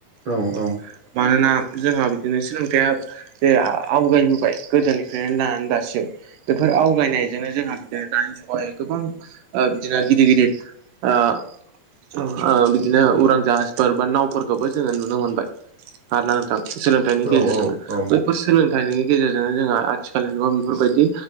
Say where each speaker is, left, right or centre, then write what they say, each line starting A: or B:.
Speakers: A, on the right; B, on the right.
A: औ
B: <inaudible>
A: औ
B: मानोना जोंहा बिदिनो सोलोंथाइया जे आ आवगायबोबाय गोदोनिफ्रेन <unintelligible> दासिम बेफोर आवगायनायजोंनो जोंहा <unintelligible> दानि जुगावाय गोबां ओ बिदिनो गिदिर गिदिर आ <unintelligible> बिदिनो उरां जाहाजफोर बा नावफोरखौबो जोङो नुनो मोनबाय आरना नोंथां सोलोंथाइनि गेजेरजोंनो
A: औ औ
B: बैफोर सोलोंथाइनि गेजेरजोंनो जोंहा आथिखालनि जुगाव बिफोरबायदि